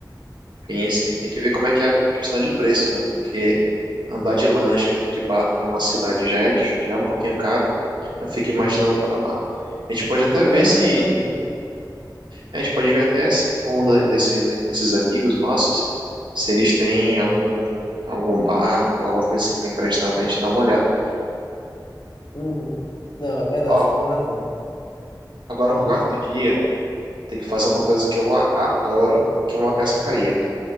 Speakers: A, on the right; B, on the left.
A: Sim, sim. Tem que ver como é que é a questão de preços, né? Porque andar de lancha aqui de barco na nossa cidade já é, dif- já é um pouquinho caro. Eu fico imaginando pra lá. A gente pode até
B: Não,
A: ver
B: mas
A: se
B: tá tranquilo.
A: É, A gente pode ver até se com um da- desse, né, desses amigos nossos, se eles têm algum, algum barco, alguma coisa assim pra emprestar pra gente dar uma olhada.
B: Uhum. Não, é verdade,
A: Ó,
B: você tem razão.
A: agora
B: Ah.
A: o quarto dia tem que fazer uma coisa que eu a- adoro, que é uma pescaria, cara.